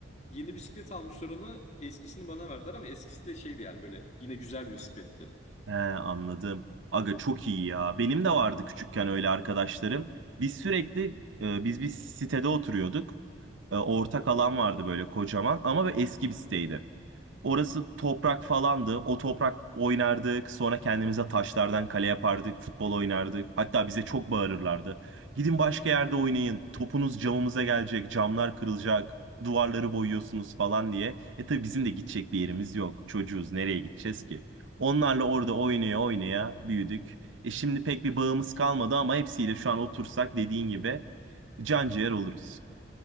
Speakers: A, on the left; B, on the right.
A: Yeni bisiklet almışlar ona. Eskisini bana verdiler ama eskisi de şeydi yani böyle yine güzel bir bisikletti.
B: He anladım. Aga çok iyi ya. Benim de vardı küçükken öyle arkadaşlarım. Biz sürekli e, biz bir sitede oturuyorduk. E, ortak alan vardı böyle kocaman ama böyle eski bir siteydi. Orası toprak falandı. O toprak oynardık. Sonra kendimize taşlardan kale yapardık. Futbol oynardık. Hatta bize çok bağırırlardı. Gidin başka yerde oynayın. Topunuz camımıza gelecek. Camlar kırılacak. Duvarları boyuyorsunuz falan diye. E tabii bizim de gidecek bir yerimiz yok. Çocuğuz. Nereye gideceğiz ki? Onlarla orada oynaya oynaya büyüdük. E şimdi pek bir bağımız kalmadı ama hepsiyle şu an otursak dediğin gibi can ciğer oluruz.